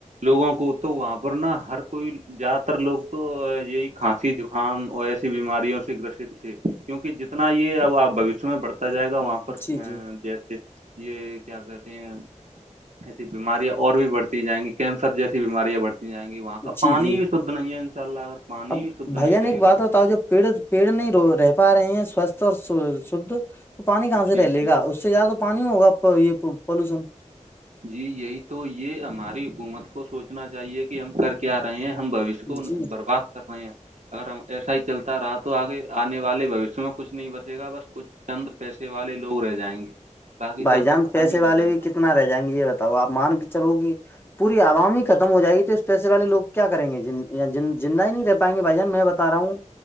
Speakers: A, on the right; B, on the left.
A: لوگوں کو تو واپورنا ہر کوئی زیادہ تر لوگ تو یہی کھانسی زکام اور ایسی بیماریوں سے گرستے کیونکہ جتنا یہ اب آپ بوشیہ میں بڑھتا جائے گا وہاں پر
B: جی جی
A: جیسے یہ کیا کہتے ہیں ایسی بیماریاں اور بھی بڑھتی جائیں گی کینسر جیسی بیماریاں بڑتی جیں گی وہاں کا پانی
B: جی جی
A: بھی شدھ نہیں ہے ان شاء اللہ اگر پانی
B: اب
A: بھی شدھ
B: بھ
A: نہیں
B: جان
A: رہے
B: ایک بات
A: گا
B: ہوتاؤ جو پیڑ پیڑ نہیں رہ پا رہے ہیں سوستھ اور شھ تو پانی کہاں سے
A: جی
B: رہ لے
A: جی
B: گا اس سے زیادہ پانی ہوگا آپ کا یہ پالوشن
A: جی یہی تو یہ ہماری حکومت کو سوچنا چاہیے کہ ہم کر کیا رہے ہیں ہم بوش اس کو
B: جی
A: برباد کر رہے ہیں اگر ہم ایسا ہی چلتا رہا تو آگے آنے والے بھشیہ میں کچھ نہیں بتے گا بس کچھ چند پیسے والے لوگ رہ جائیں گے باقی
B: بھائی
A: سب
B: جان
A: تو ختم
B: پیسے
A: ہی ہو
B: والے
A: جائے
B: بھی
A: گا
B: کتنا رہ جائیں گے یہ ب تب آپ مان کے چلو گی پوری عوامی ختم ہو جائے گی تو اس پیسے والے لوگ کیا کریں گے جن زند ہ ہی نہیں رہ پائیں گے بائی جان میں بتا رہا ہوں